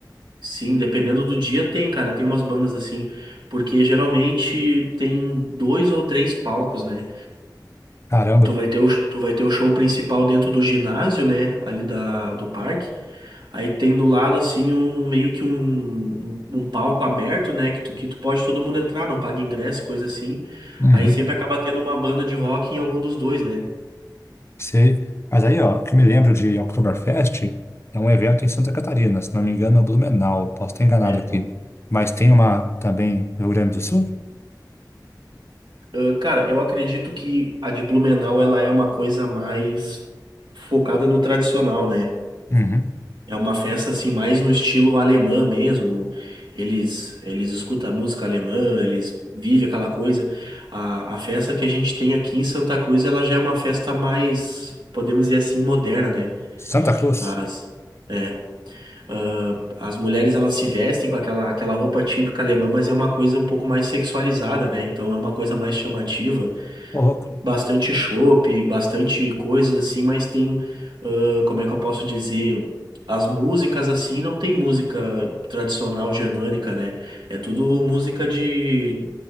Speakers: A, on the right; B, on the left.
A: Sim, dependendo do dia tem, cara. Tem umas bandas assim. Porque geralmente tem dois ou três palcos, né?
B: Caramba.
A: Tu vai ter o, tu vai ter o show principal dentro do ginásio, né? Ali da, do parque. Aí tem do lado assim um meio que um, um, um palco aberto, né? Que tu, que tu pode todo mundo entrar, não paga ingresso, e coisa assim.
B: Uhum,
A: Aí sempre acaba tendo uma banda de rock em algum dos dois, né?
B: sei. Mas aí, ó, o que eu me lembro de Oktoberfest é um evento em Santa Catarina, se não me engano, no Blumenau, posso estar enganado
A: É,
B: aqui. Mas tem uma também no Rio Grande do Sul?
A: Ah, cara, eu acredito que a de Blumenau ela é uma coisa mais focada no tradicional, né?
B: Uhum.
A: É uma festa assim mais no estilo alemã mesmo. Eles eles escutam música alemã, eles vivem aquela coisa. A, a festa que a gente tem aqui em Santa Cruz, ela já é uma festa mais, podemos dizer assim, moderna, né?
B: Santa Cruz?
A: As, é, ah, as mulheres elas se vestem com aquela aquela roupa típica alemã, mas é uma coisa um pouco mais sexualizada, né? Então é uma coisa mais chamativa
B: Ô, louco.
A: bastante chopp, bastante coisas assim, mas tem, ah, como é que eu posso dizer? As músicas assim não tem música tradicional germânica, né? É tudo música de,